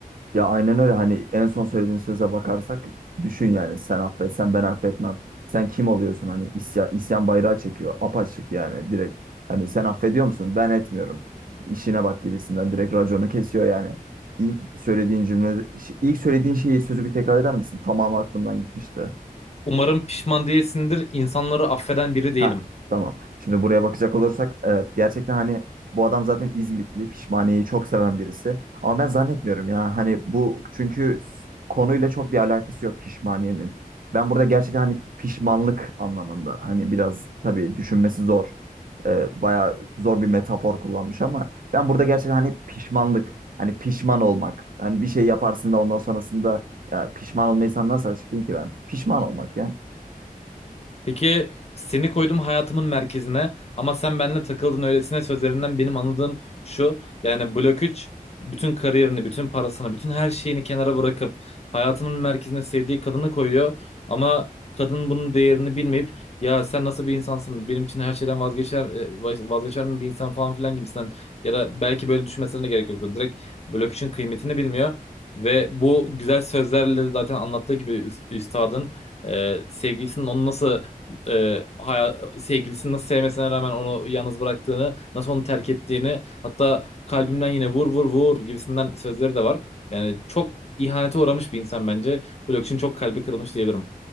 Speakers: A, on the right; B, on the left.
A: Ya aynen öyle hani en son söylediğin söze bakarsak düşün yani sen affetsen ben affetmem. Sen kim oluyorsun hani isyan, isyan bayrağı çekiyor apaçık yani direkt. Hani sen affediyor musun? Ben etmiyorum. İşine bak gibisinden direkt raconu kesiyor yani. İlk söylediğin cümle, ilk söylediğin şeyi sözü bir tekrar eder misin? Tamamı aklımdan gitmişti.
B: Umarım pişman değilsindir. İnsanları affeden biri değilim.
A: Ha tamam. Şimdi buraya bakacak olursak evet gerçekten hani bu adam zaten İzmitli pişmaniyeyi çok seven birisi. Ama ben zannetmiyorum ya hani bu çünkü s- konuyla çok bir alakası yok pişmaniyenin. Ben burada gerçekten hani pişmanlık anlamında hani biraz tabii düşünmesi zor. Ee, bayağı zor bir metafor kullanmış ama ben burada gerçekten hani pişmanlık hani pişman olmak hani bir şey yaparsın da ondan sonrasında ya pişman olmayı sen nasıl açıklayayım ki ben? Pişman olmak ya.
B: Peki seni koydum hayatımın merkezine ama sen benimle takıldın öylesine sözlerinden benim anladığım şu. Yani blok 3 bütün kariyerini, bütün parasını, bütün her şeyini kenara bırakıp hayatının merkezine sevdiği kadını koyuyor. Ama kadın bunun değerini bilmeyip ya sen nasıl bir insansın benim için her şeyden vazgeçer e, vazgeçer mi bir insan falan filan gibisinden ya da belki böyle düşünmesine de gerek yoktu. Direkt blok 3'ün kıymetini bilmiyor. Ve bu güzel sözlerle zaten anlattığı gibi üst- üstadın e, sevgilisinin onu nasıl e, haya- sevgilisini nasıl sevmesine rağmen onu yalnız bıraktığını, nasıl onu terk ettiğini, hatta kalbimden yine vur vur vur gibisinden sözleri de var. Yani çok ihanete uğramış bir insan bence. Blok için çok kalbi kırılmış diyebilirim.